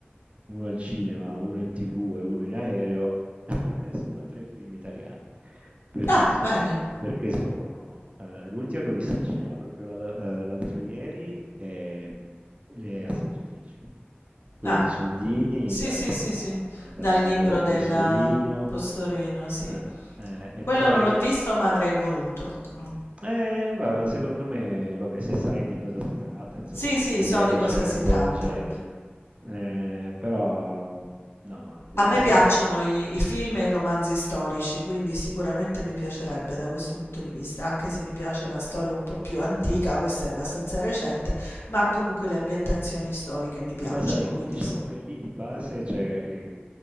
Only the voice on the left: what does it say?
Ah,
bene.
Ah,
sì,
sì, sì,
sì,
dal
libro
del
Postorino, sì.
Quello
non l'ho visto, ma avrei voluto. Mm.
Sì,
sì,
so
di
cosa
si
tratta.
A me
piacciono i, i film e i romanzi storici, quindi sicuramente mi piacerebbe da questo punto di vista, anche se mi piace la storia un po' più antica, questa è abbastanza recente, ma comunque le ambientazioni storiche mi piacciono,
quindi
sì.